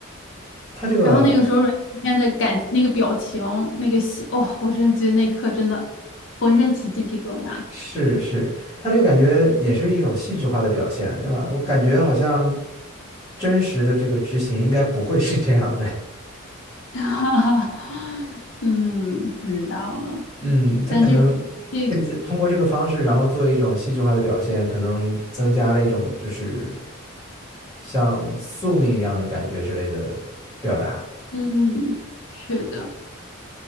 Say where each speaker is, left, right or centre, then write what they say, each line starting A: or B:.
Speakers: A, on the left (about 15°); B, on the left (about 60°).
A: 它这个。
B: 然后那个时候阮经天的感那个表情，那个戏，哦，我真的觉得那一刻真的浑身起鸡皮疙瘩。
A: 是是，他这个感觉也是一种戏剧化的表现，是吧？我感觉好像真实的这个执行应该不会是这样的。
B: <laughs> 哈哈，嗯，不知道了，
A: 嗯，他可能更加通过这个方式，
B: 但这部这
A: 然后做一种戏剧化的表现，可能增加了一种就是像宿命一样的感觉之类的表达。
B: 嗯，是的。